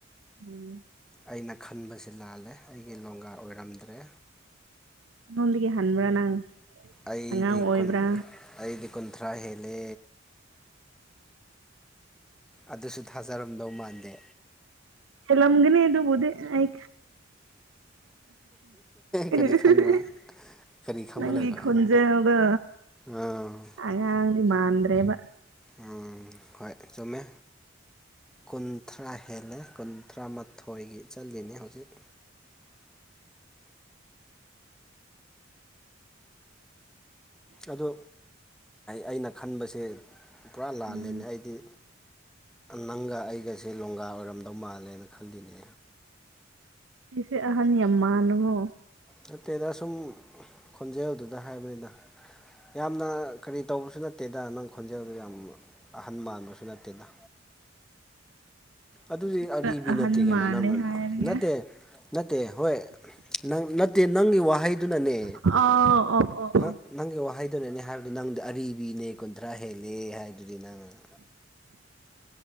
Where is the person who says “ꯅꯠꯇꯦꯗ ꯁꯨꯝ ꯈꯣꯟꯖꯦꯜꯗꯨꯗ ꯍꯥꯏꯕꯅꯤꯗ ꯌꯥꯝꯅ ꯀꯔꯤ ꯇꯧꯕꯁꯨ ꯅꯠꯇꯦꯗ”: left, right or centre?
Centre